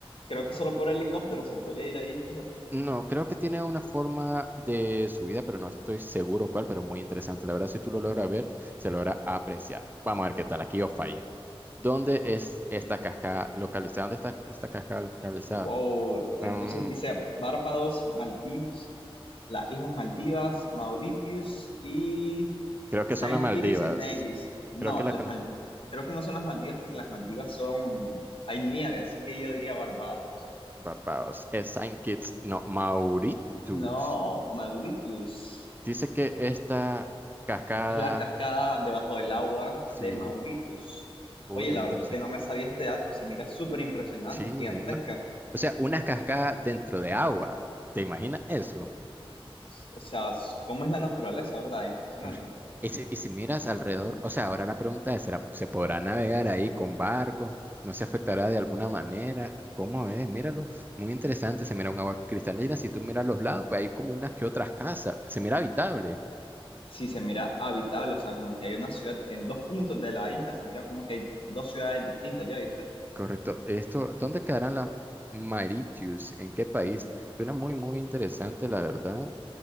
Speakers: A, on the left; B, on the right.
A: creo que solo por helicóptero se podría ir ahí, fíjate.
B: No, creo que tiene una forma de subida, pero no estoy seguro cuál, pero muy interesante. La verdad, si tú lo logras ver, se logra apreciar. Vamos a ver qué tal, aquí os falle. ¿Dónde es esta cascada localizada? ¿Dónde está esta cascada localizada?
A: Wow, entonces
B: Mm,
A: dice Barbados, Maldivas, las Islas Maldivas, Mauritius y
B: creo
A: Saint
B: que son las Maldivas.
A: Kitts and Nevis. No,
B: Creo que la
A: las
B: con
A: Mal- creo que no son las Maldivas porque las Maldivas son, hay nieve, así que yo diría Barbados. <laughs>
B: Barbados. Es Saint Kitts, no, Mauritius.
A: No, Mauritius.
B: Dice que esta cascada,
A: Es la cascada debajo del agua
B: sí,
A: de Mauritius.
B: uy,
A: Oye,
B: muy
A: la
B: interesante.
A: verdad es que no me sabía este dato y se mira súper impresionante,
B: Sí,
A: gigantesca.
B: no, o sea, una cascada dentro de agua. ¿Te imaginas eso?
A: O sea, s- ¿cómo es la naturaleza, verdad? Impresionante.
B: Claro. Y si, y si miras alrededor, o sea, ahora la pregunta es, ¿será- ¿se podrá navegar ahí con barco? ¿No se afectará de alguna manera? ¿Cómo es? Míralo, muy interesante, se mira un agua cristalina, si tú miras los lados, pues hay como unas que otras casas, se mira habitable,
A: Sí, se mira habitable, o sea, como que hay una ciudad en dos puntos de la isla, se mira como que hay dos ciudades distintas, ¿ya viste?
B: correcto. Esto, ¿dónde quedarán las Mauritius? ¿En qué país? Suena muy, muy interesante, la verdad,